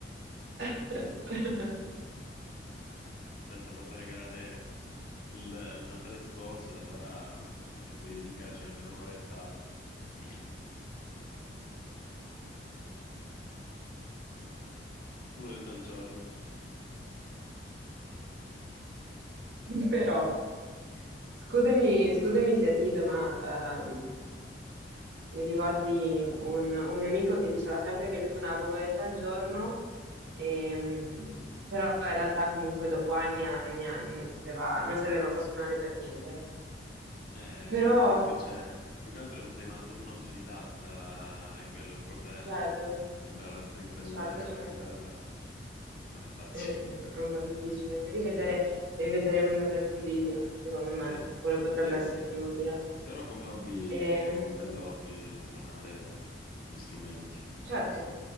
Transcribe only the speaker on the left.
me la sono fatta regalare il, il Natale scorso, da allora cerco di dedicarci almeno un'oretta <laughs> un'oretta al giorno.
Eh
sì, il rischio c'è. Più che altro se sei un, auto- un autodidatta è quello il problema.
Imparare a strimpellare
con la chitarra non è facile.
<laughs>
Mm,
Sì,
sì, sì,
sì.
Però come hobby
è un bel hobby suonare gli strumenti.